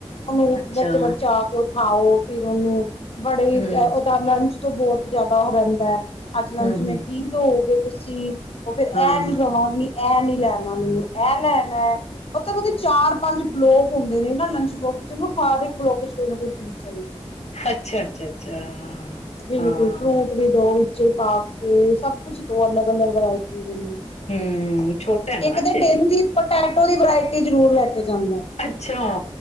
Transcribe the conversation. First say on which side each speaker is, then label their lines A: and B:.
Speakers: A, on the left; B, on the left.
A: ਉਹਨੂੰਪ
B: ਅੱਛਾ
A: ਵਿੱਚ ਵਰਚਾ ਕੇ ਉਠਾਓ। ਫਿਰ ਉਹਨੂੰ ਬੜੇ ਹੀ
B: ਹੂੰ,
A: ਤ ਓਹਦਾ ਲੰਚ ਤੋਂ ਬਹੁਤ ਜ਼ਿਆਦਾ ਉਹ ਰਹਿੰਦਾ ਹੈ। ਅੱਜ ਲੰਚ
B: ਹੂੰ-ਹੂੰ,
A: ਮੇਂ ਕੀ ਦਓਗੇ ਤੁਸੀਂ? ਸੀ। ਉਹ ਫਿਰ
B: ਹਾਂ-ਹਾਂ।
A: ਐ ਵੀ ਇਹ ਨੀ ਲੈਣਾ ਮੈਨੂੰ, ਇਹ ਲੈਣਾ ਹੈ। ਮਤਲਬ ਓਹਦੇ ਚਾਰ ਪੰਜ ਬਲੋਕ ਹੁੰਦੇ ਨੇ ਨਾ ਲੰਚ ਬੋਕਸ ਚ, ਉਹਨੂੰ ਹਰ ਇੱਕ ਬਲੋਕ ਚ ਕੋਈ ਨਾ ਕੋਈ ਚੀਜ਼ ਚਾਹੀਦੀ ਹੈ।
B: ਅੱਛਾ ਅੱਛਾ ਅੱਛਾ
A: ਬਿਲਕੁਲ
B: ਹਾਂ
A: ਤੂੰ ਆਪਣੀ ਦੋ ਵਿੱਚ ਪਾ ਕੇ ਸਭ ਕੁਛ ਦੋ ਅਲੱਗ-ਅਲੱਗ ਵਰਾਇਟੀਸ ਨੂੰ,
B: ਹਮ ਛੋਟਾ ਨਾ
A: ਇੱਕ
B: ਹਜੇ
A: ਤਾਂ ਡੇਮ ਦੀ ਪਟੇ ਥੋੜੀ ਵਰਾਇਟੀ ਜ਼ਰੂਰ ਲੈ ਕੇ ਜਾਂਦਾ।
B: ਅੱਛਾ,